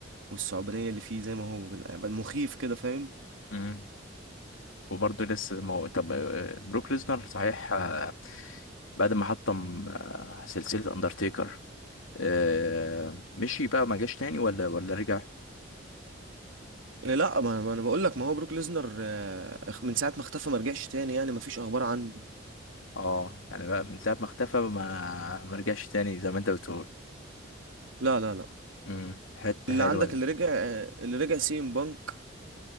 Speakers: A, on the right; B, on the left.
A: والثعبانية اللي فيه زي ما هو يعني مخيف كده فاهم
B: مم. وبرضه لسه زي ما هو طب آه، بروك ليزنر صحيح آه، بعد ما حطم آه، سلسلة اندرتيكر آه، مشي بقى ما جاش تاني ولا ولا رجع
A: إيه لا ما ما أنا بقول لك ما هو بروك ليزنر آه، من ساعة ما اختفى ما رجعش تاني يعني ما فيش أخبار عنه
B: اه يعني بقى من ساعة ما اختفى ما ما رجعش تاني زي ما انت بتقول
A: لا لا لا
B: امم حتة
A: اللي
B: حلوة
A: عندك
B: ده
A: اللي رجع آه، اللي رجع سي ام بانك